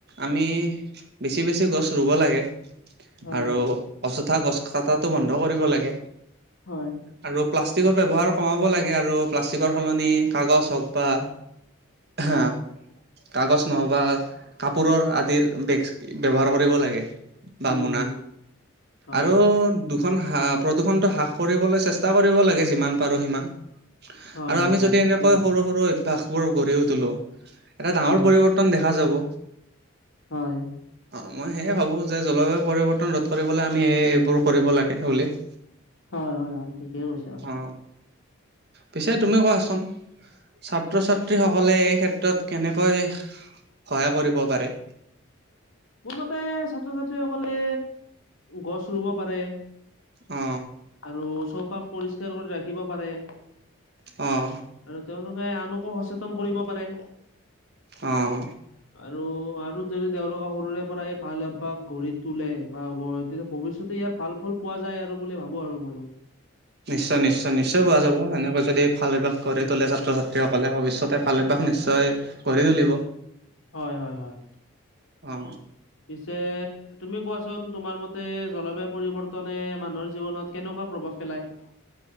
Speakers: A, on the right; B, on the left.
A: আমি বেছি বেছি গছ ৰুব লাগে।
B: হয়
A: আৰু অযথা গছ কটাটো বন্ধ কৰিব লাগে।
B: হয়।
A: আৰু প্লাষ্টিকৰ ব্যৱহাৰ কমাব লাগে আৰু প্লাষ্টিকৰ সলনি কাগজ হওক বা হা। কাগজ নহবা কাপোৰৰ আদিৰ বেগ ব্যৱহাৰ কৰিব লাগে। বা
B: উম
A: মোনা
B: হুম হয়
A: আৰু খন হা প্ৰদূষণটো হ্ৰাস কৰিবলৈ চেষ্টা কৰিব লাগে যিমান পাৰোঁ সিমান।
B: হয়
A: আৰু
B: হয়
A: আমি
B: হয়
A: যদি
B: ঠিকে
A: এনে
B: কৈছা
A: সৰু সৰু অভ্যাসবোৰ গঢ়িও তুলো, এটা ডাঙৰ
B: উম।
A: পৰিৱৰ্তন দেখা যাব।
B: হয়।
A: অঁ মই সেয়ে ভাবোঁ যে জলবায়ু পৰিৱৰ্তন ৰোধ কৰিবলে আমি এইবোৰ কৰিব লাগে বুলি। <inaudible>
B: হয় হয় হয় ঠিকেই কৈছা।
A: অ পিছে তুমি কোৱাচোন ছাত্ৰ ছাত্ৰী সকলে এই ক্ষেত্ৰ তত কেনেকৈ সহায় কৰিব পাৰে?
B: মোৰ মতে ছাত্ৰ ছাত্ৰীসকলে গছ ৰুব পাৰে।
A: অ
B: আৰু চৌপাশ পৰিষ্কাৰ কৰি ৰাখিব পাৰে।
A: অঁ।
B: আৰু তেওঁলোকে আনকো সচেতন কৰিব পাৰে
A: অঁ
B: আৰু আৰু দ তেওঁলোকে সৰুৰে পৰা এই ভাল অভ্যয়াস গঢ়ি তোলে বা তেতিয়া ভৱিষ্যতে ইয়াৰ ভাল ফল পোৱা যায় আৰু ব বুলি ভাবো আৰু মই
A: নিশ্চয় নিশ্চয় নিশ্চয় পোৱা যাব সেনেকৈ যদি ভাল এবাস কৰি তোলে ছাত্ৰ ছাত্ৰীসকলে ভৱিষ্যতে ভাল অভ্যাস নিশ্চয় গঢ়ি তুলিব
B: হয় হয় হয়
A: অ
B: পিছে তুমি কোৱাচোন তোমাৰ মতে জলবায়ু পৰিৱৰ্তনে মানুহৰ জীৱনত কেনেকুৱা প্ৰভাৱ পেলায়